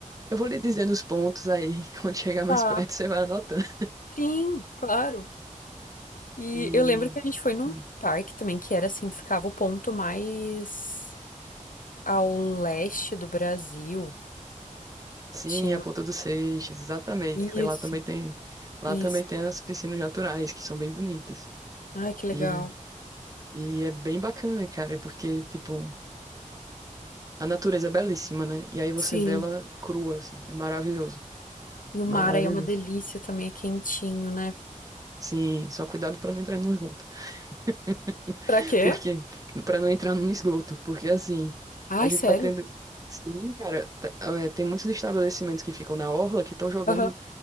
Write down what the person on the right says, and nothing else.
Eu vou lhe dizendo os pontos aí, <laughs> quando chegar mais
perto você vai anotando.
E
hum,
sim,
é a Ponta dos Seixas, exatamente.
que Lá também tem, lá
também tem as piscinas naturais que são bem bonitas.
E, e é bem bacana, cara, porque tipo, a natureza é belíssima, né? E aí você
vê ela crua assim, é maravilhoso,
maravilhoso.
Sim, só cuidado pra não entrar no esgoto. <laughs>
Porque para não entrar no esgoto, porque assim,
a gente
tá tendo Sim, cara, tá- é, tem muitos estabelecimentos que ficam na orla que estão jogando